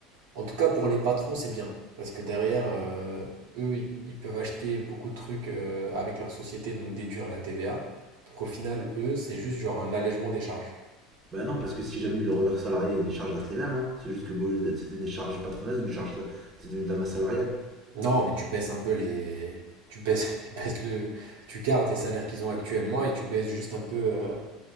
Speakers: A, on the right; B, on the right.
A: En tout cas, pour les patrons, c'est bien. Parce que derrière, euh, eux, ils ils peuvent acheter beaucoup de trucs euh, avec leur société, donc déduire la TVA. Donc au final, eux, c'est juste genre un allègement des charges.
B: Bah non, parce que si jamais il le reverse salarié, les charges restent les mêmes. hein. C'est juste que bon, c'était des charges patronales, une charge... C'est devenu de la masse salariale.
A: Non, mais tu baisses un peu les... Tu baisses, <laughs> tu baisses le... Tu gardes les salaires qu'ils ont actuellement et tu baisses juste un peu... euh,